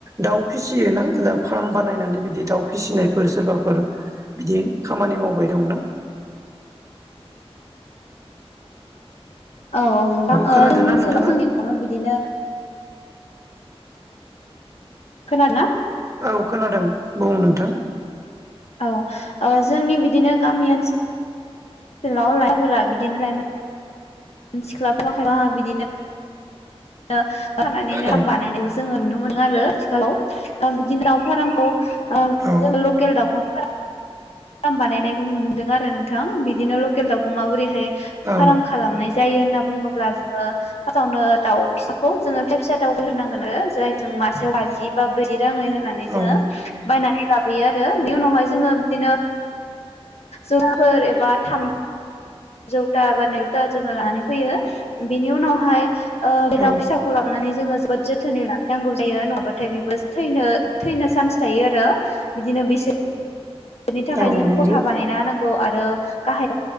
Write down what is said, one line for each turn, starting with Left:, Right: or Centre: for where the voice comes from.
Right: दाउ फिसियोना फार्म बानायनानै बिदि दाउ फिसिनायफोर सोरबाफोर बिदि खामानि मावबाय दंना?
Left: औ औ नोंथां <unintelligible>
Right: खोनादोंना
Left: जोंनि
Right: नोंथाङा
Left: ओनसोलाव बिदिनो खोनादोंना?
Right: औ खोनादों बुं नोंथां।
Left: औ ओ जोंनि बिदिनो गामि ओनसोल लाव लाइखाफोरा <unintelligible> बिदिनो लाइमोन। मान सिख्लाबफाखायबहा <unintelligible> बिदिनो बि रानानै नाम
Right: औ
Left: बानायनायाव जोङो नुनो मोनो आरो आथिखालाव। <unintelligible> बिदिनो दाउ फार्मखौ
Right: औ
Left: जों ओ लकेल दाउखौ फार्म बानायनायखौ नुनो मोनदों आरो नोंथां बिदिनो लकेल दाउखौ माबोरैहाय
Right: औ
Left: फार्म खालामनाय जायो होनना बुङोब्ला जोङो फार्टआवनो दाउ फिसाखौ जोङो फिसा फिसा दावबायग्रोनांगोन आरो जेराय जों मासेआव बाजि बा ब्रै <unintelligible> राङै होनानै जोङो
Right: औ
Left: बायनानै लाबोयो आरो बि उनावहाय जोङो बिदिनो जौफोर एबा थाम जौथा बा नौथा जोङो लानानै फैयो बिनि उनावहाय <unintelligible> ओ बे
Right: औ
Left: दाउ फिसाखौ लाबोनानै जों जोबोद जोथोनै लाखि नांगौ जायो नङाबाथाय बेबो थनो थैनो चान्स थायो आरो बिदिनो नो बिसोर बेनि थाखाय
Right: औ
Left: जों
Right: नंगौ
Left: खथा बानायना होनांगौ आरो गाहाय